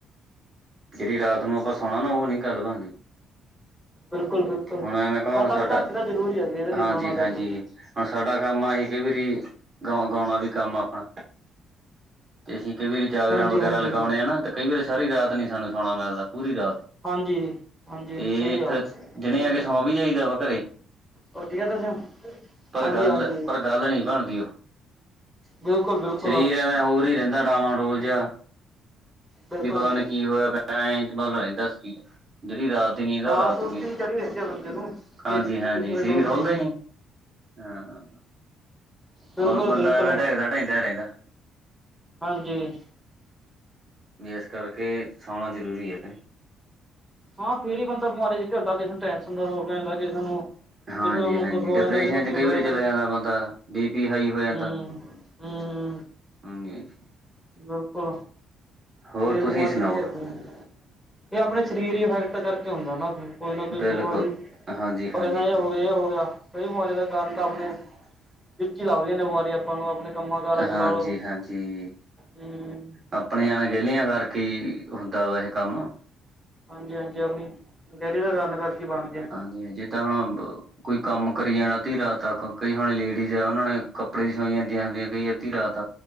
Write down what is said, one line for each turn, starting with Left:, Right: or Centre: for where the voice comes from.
Right: ਜੇੜੀ ਰਾਤ ਨੂੰ ਆਪਾਂ ਸੌਣਾ ਨਾ, ਉਹ ਨੀ ਗੱਲ ਬਣਦੀ।
Centre: ਬਿਲਕੁਲ ਬਿਲਕੁਲ
Right: ਹੁਣ ਐਵੇਂ ਕਹਾਂ
Centre: ਸੱਤ
Right: ਸਾਡਾ,
Centre: ਅੱਠ ਘੰਟੇ ਤਾਂ ਜ਼ਰੂਰੀ ਆ ਜੀ ਇਹਦੇ ਲਈ
Right: ਹਾਂਜੀ,
Centre: ਸੌਣਾ ਕਰਨਾ
Right: ਹਾਂਜੀ ਹੁਣ ਸਾਡਾ ਕੰਮ ਅਸੀਂ ਕਈ ਵਾਰੀ, ਗਾਉਣਾ ਵੀ ਕੰਮ ਆਪਣਾ। ਤੇ ਅਸੀਂ ਕਈ ਵਾਰੀ ਜਾਗਰਣ
Centre: ਹਾਂਜੀ
Right: ਵਗੈਰਾ
Centre: ਹਾਂਜੀ
Right: ਲਗਾਉਣੇ
Centre: ਹਾਂਜੀ
Right: ਆ, ਨਾ ਕਈ ਵਾਰੀ ਸਾਰੀ ਰਾਤ ਨਹੀ ਸਾਨੂੰ ਸੋਣਾ ਮਿਲਦਾ, ਪੂਰੀ ਰਾਤ।
Centre: ਹਾਂਜੀ ਹਾਂਜੀ
Right: ਤੇ
Centre: ਸਹੀ
Right: ਇੱਕ,
Centre: ਆ ਹੂੰ
Right: ਦਿਨੇ ਆਗੇ ਸੌਂ ਵੀ ਜਾਈਦਾ ਵਾ ਘਰੇ।
Centre: ਹੋਰ ਠੀਕ ਆ ਤੁਸੀਂ
Right: ਪਰ
Centre: ਹਾਂਜੀ
Right: ਗੱਲ,
Centre: ਹਾਂਜੀ
Right: ਪਰ ਗੱਲ ਨਹੀ ਬਣਦੀ ਉਹ।
Centre: ਬਿਲਕੁਲ ਬਿਲਕੁਲ
Right: ਸਰੀਰ ਐਵੇੈਂ ਹੋਰ ਹੀ ਰਹਿੰਦਾ, ਡਾਵਾਂ ਡੋਲ ਜਾ।
Centre: ਬਿਲਕੁਲ
Right: ਵੀ ਪਤਾ
Centre: ਜੀ
Right: ਨਹੀਂ ਕੀ ਹੋਇਆ ਪਿਆ, ਐੰ ਮਤਲਬ ਰਹਿੰਦਾ ਸੀ, ਜੇੜੀ ਰਾਤ ਨੀਂਦ ਤਾਂ
Centre: ਹਾਂ
Right: ਰਾਤ
Centre: ਸੁਸਤੀ
Right: ਕੋਈ,
Centre: ਚੜੀ ਰਹਿੰਦੀ ਆ ਬੰਦੇ ਨੂੰ ਇਸ
Right: ਹਾਂਜੀ ਹੈਂ
Centre: ਚੀਜ਼ ਦੀ
Right: ਨੀ
Centre: ਹੋਰ
Right: ਸਰੀਰ
Centre: ਲੋੜ
Right: ਖੁੱਲਦੇ
Centre: ਜੀ
Right: ਨੀ। ਆਂ।
Centre: ਬਿਲਕੁਲ
Right: ਬੰ, ਬੰਦਾ
Centre: ਬਿਲਕੁਲ
Right: ਐਵੇਂ ਢਕਦਾ ਢਾਈਦਾ ਰਹਿੰਦਾ
Centre: ਹਾਂਜੀ
Right: ਵੀ ਇਸ ਕਰਕੇ ਸੌਣਾ, ਜ਼ਰੂਰੀ ਹੈ ਕਿ ਨਹੀਂ
Centre: ਹਾਂ, ਫਿਰ ਹੀ ਬੰਦਾ ਬਿਮਾਰੀਆਂ 'ਚ ਘਿਲਦਾ, ਕਿਸੇ ਨੂੰ ਟੈਨਸ਼ਨ ਦਾ ਰੋਗ ਜਾਂਦਾ ਕਿਸੇ ਨੂੰ
Right: ਹਾਂਜੀ-
Centre: ਕਿਸੇ ਨੂੰ
Right: ਹਾਂਜੀ,
Centre: ਕੁਛ ਹੋ
Right: ਡਿਪ੍ਰੈਸ਼ਨ
Centre: ਜਾਂਦਾ ਕਿਸੇ ਨੂੰ
Right: 'ਚ
Centre: ਕੁਛ
Right: ਕਈ
Centre: ਹੋ
Right: ਵਾਰੀ ਚਲਾ ਜਾਂਦਾ ਬੰਦਾ, ਬੀ ਪੀ ਹਾਈ ਹੋ ਜਾਂਦਾ
Centre: ਹੂੰ ਹੂੰ
Right: ਹਾਂਜੀ- ਹਾਂਜੀ
Centre: ਬਿਲਕੁਲ
Right: ਹੋਰ
Centre: ਫਿਰ
Right: ਤੁਸੀਂ
Centre: ਬਿਮਾਰੀਆਂ
Right: ਸੁਣਾਓ
Centre: ਘੇਰਦੀਆਂ ਨੇ, ਇਹ ਆਪਣੇ ਸਰੀਰ ਇਫੈਕਟ ਕਰਕੇ ਹੁੰਦਾ ਨਾ ਹੁਣ ਕੋਈ ਨਾ ਕੋਈ
Right: ਬਿਲਕੁਲ
Centre: ਬਿਮਾਰੀ,
Right: ਹਾਂਜੀ ਹਾਂਜੀ
Centre: ਕਦੇ ਐਹ
Right: ਹਾਂਜੀ
Centre: ਹੋ ਗਿਆ ਇਹ ਹੋ ਗਿਆ ਕਈ ਬਿਮਾਰੀਆਂ ਦਾ ਕਾਰਨ ਤਾਂ ਆਪਣੇ, ਵਿੱਚੀ ਲੱਭਦੀਆਂ ਨੇ ਬਿਮਾਰੀਆਂ ਆਪਾਂ ਨੂੰ ਆਪਣੇ ਕੰਮਾਂ ਕਾਰਾਂ 'ਚ
Right: ਹਾਂਜੀ
Centre: ਲਾਲੋ,
Right: ਹਾਂਜੀ
Centre: ਹਮ
Right: ਆਪਣੀਆਂ ਅਣਗਹਿਲੀਆਂ ਕਰਕੇ ਈ, ਹੁੰਦਾ ਵਾ ਇਹ ਕੰਮ
Centre: ਹਾਂਜੀ- ਹਾਂਜੀ ਆਪਣੀ, ਅਣਗਹਿਲੀ ਦਾ ਕਾਰਣ ਕਰਕੇ ਬਣ
Right: ਹਾਂਜੀ- ਹਾਂਜੀ, ਜਿੱਦਾਂ ਹੁਣ ਕੋਈ ਕੰਮ ਕਰੀ ਜਾਣਾ ਅੱਧੀ ਰਾਤ ਤੱਕ, ਕਈ ਹੁਣ ਲੇਡੀਜ਼ ਆ ਓਨਾਂ ਨੇ ਕੱਪੜੇ ਈ ਸਿਉੰਈ ਜਾਂਦੀਆਂ ਹੁੰਦੀਆਂ ਕਈ ਅੱਧੀ ਰਾਤ।